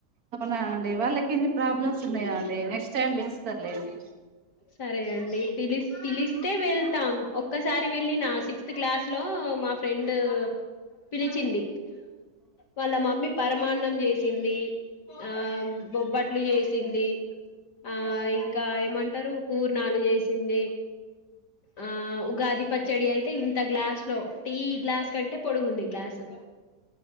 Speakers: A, on the right; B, on the left.
A: అవునా అండి వాళ్ళకి ఎన్ని ప్రాబ్లమ్స్ ఉన్నాయో అండి నెక్స్ట్ టైం పిలుస్తారులేండి
B: సరే అండి పిలిస్ పిలిస్తే వెళ్తాం. ఒక్కసారి వెళ్ళినా సిక్స్త్ క్లాస్ లో మా ఫ్రెండ్ పిలిచింది వాళ్ళ మమ్మీ పరమాన్నం చే సింది ఆ బొబ్బట్లు చేసింది ఆ ఇంకా ఏమంటారు పూర్ణాలు చేసింది ఆ ఉగాది పచ్చడి అయితే ఇంత గ్లాస్ లో టీ గ్లాస్ కంటే పొడుగుంది గ్లాసు